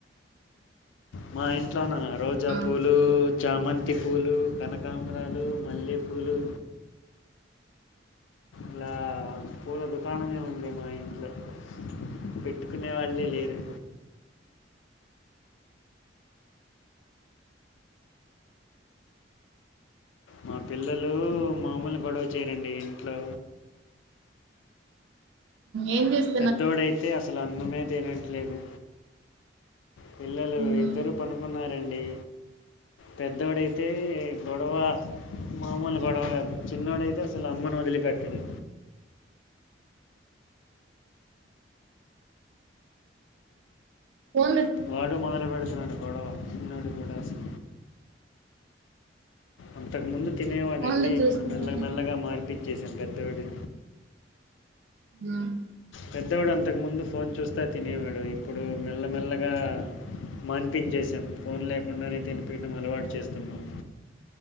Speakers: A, on the left (about 85°); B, on the right (about 70°).
A: మా ఇంట్లోన రోజా
B: ఆ
A: పూ <unintelligible> పూలు చామంతి పూలు కనక <unintelligible> రాలు మల్లెపూలు ఇలా పూల దుకాణమే ఉంది మా ఇంట్లో పెట్ పెట్టుకునే వాళ్ళే లేరు మా పిల్లలు <unintelligible> గొడవ చేయరండి ఇంట్లో
B: ఏం చేస్
A: పెద్దోడైతే అసలు అన్నమే తినట్లేదు పిల్లలు
B: మ్మ్
A: ఇద్దరూ పడుకున్నారండి పెద్దోడేయితే గొడవ మామూలు గొడవ కాదు చిన్నోడేతే అసలు అమ్మను వదిలిపెట్టండు
B: ఫోను
A: వాడు మొదలు పెడుతున్నాడు గొడవ చిన్నడు కూడా వస్తే అంతకుముందు తినేవాడండి
B: ఫోన్లు చూస్తున్నారు
A: ఇప్పుడు మెల్లగా మెల్లగా మార్పిచ్చేసాం పెద్దోడు
B: ఆ
A: పెద్దోడు అంతకుముందు ఫోన్ చూస్తే తినేవాడు ఇప్పుడు మెల్లమెల్లగా మాన్పించేసాం ఫోన్ లేకుండానే తినిపియటం అలవాటు చేస్తున్నాం